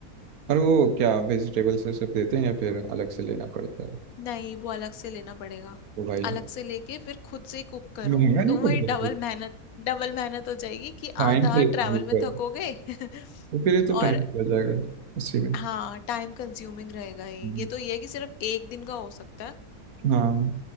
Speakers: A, on the right; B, on the left.
A: और वो क्या वेजिटेबल्स ये सब देते हैं या फिर अलग से लेना पड़ता है
B: नहीं वो अलग से लेना पड़ेगा
A: वो भाई
B: अलग से लेके फिर खुद से ही कुक करो
A: महंगा नहीं
B: तो वही
A: पड़ता
B: डबल
A: है,
B: मेहनत डबल मेहनत हो जाएगी कि
A: टाइम
B: आधा
A: पे नहीं
B: ट्रैवल में
A: पड़ता
B: थकोगे <laughs>
A: तो फिर ये तो
B: और
A: टाइम पे आ जाएगा उसी में
B: हाँ टाइम कंज्यूमिंग रहेगा ये
A: हम्म।
B: ये तो ये है कि सिर्फ एक दिन का हो सकता है
A: हाँ